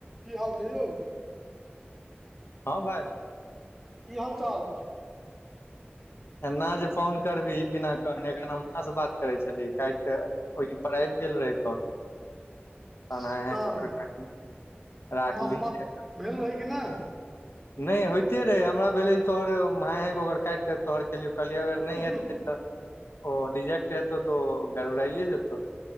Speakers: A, in the centre; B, on the left (about 75°).
A: की हाल छै यौ
B: हँ भाई
A: की हाल चाल
B: एना जे फोन करबही बिना कहने एखन हुनका से बात करै छलिय काटि क ओहि पर आबि गेल रहै तऽ त
A: सीताराम
B: हाइं हाइं क ओकर काटलीए राखलिए
A: माँ सँ बात भेल रहै कि नहि
B: नहि होइते रहै हमरा भेलै जे तोहर मह ओ काटि कऽ तोहर केलियौ कहलियै अगर नहि हेतै
A: की
B: तऽ ओ रिजेेक्ट हेतौ तऽ ओ गरबड़इए जेतौ